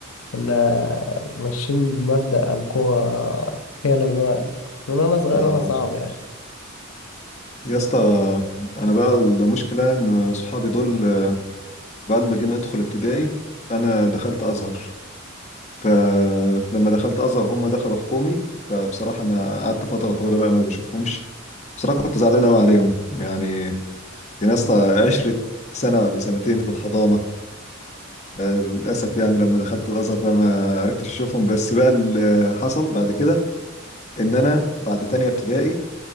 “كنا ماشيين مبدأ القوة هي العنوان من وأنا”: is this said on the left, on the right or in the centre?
Left